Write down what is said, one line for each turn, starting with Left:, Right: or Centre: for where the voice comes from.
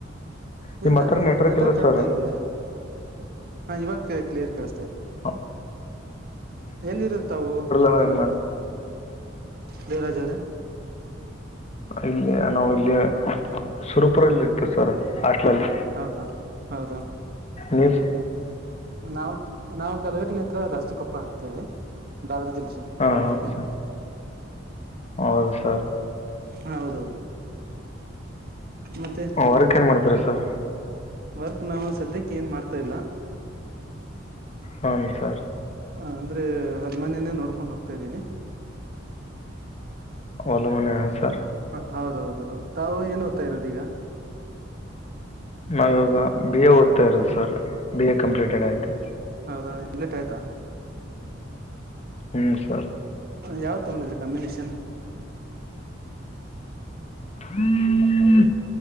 Left: ನಿಮ್ಮ
Right: ಇಲ್ಲ
Left: ಹತ್ರ
Right: ನೆಟ್ವರ್ಕ್
Left: ಇಲ್ಲ
Right: ಕರೆಕ್ಟ್
Left: ಸರ್
Right: ಆಗಿದೆ ಹಾ ಇವಾಗ ಕ್ಲಿಯರ್ ಕೇಳಿಸ್ತಾ ಇದೆ.
Left: ಹಾ
Right: ಎಲ್ಲಿರುತ್ತ ತಾವು ಅ
Left: ಅಂದ್ರೆ ಹೆಂಗೆ ಮಾಡಿ
Right: ದೇವರಾಜರ.
Left: ಇಲ್ಲಿ ನಾವು ಇಲ್ಲಿ ಸುರಪುರಲ್ಲಿ ಇರ್ತೇವಿ ಸರ್ ಹಾಸ್ಟಲ್ ಲೀ.
Right: ಹೌದಾ ಹೌದಾ
Left: ನ್ಯೂಸ್
Right: ನಾವು ನಾವು ಕಲಗಟ್ಟಿಗೆ ಹತ್ರ ದಾಸ್ತಿಕೊಪ್ಪ ಅಂತ ಹೇಳಿ ಧಾರವಾಡ ಜಿಲ್ಲೆ.
Left: ಹಾಂ
Right: ಧಾರವಾಡ
Left: ಹೌದು
Right: ಜಿಲ್ಲೆ
Left: ಸರ್ ಹೌದು ಸರ್.
Right: ಹ ಹೌದ ಹೌದು ಮತ್ತೆ ಆ.
Left: ವರ್ಕ್ ಏನು ಮಾಡ್ತೀರಾ ಸರ್
Right: ವರ್ಕ್ ನಾವು ಸದ್ಯಕ್ಕೆ ಏನ್ ಮಾಡ್ತಾ ಇಲ್ಲ.
Left: ಹ್ಞೂ ಸರ್
Right: ಹ್ಮ್ ಅಂದ್ರೆ ಹರಮನಿನೇ ನೋಡ್ಕೊಂಡ್ ಹೋಗ್ತಾದೀವಿ
Left: ಒಲ್ಲ ಮನೆ ಹ ಸರ್.
Right: ಹೌದೌದು ತಾವು ಏನ್ ಓದ್ತಾ ಇರೋದೀಗ
Left: ನಾವಿವವಾಗ ಬಿ ಎ ಓದ್ತಾ ಇರೋದು ಸರ್ ಬಿ ಎ ಕಂಪ್ಲೀಟೆಡ್ ಆಯ್ತು.
Right: ಹೌದಾ ಲೇಟ್ ಆಯ್ತಾ.
Left: ಹ್ಮ್ ಸರ್.
Right: ಯಾವ ತಗೊಂಡಿದ್ರಿ ಕಾಂಬಿನೇಷನ್.
Left: ಹ್ಮ್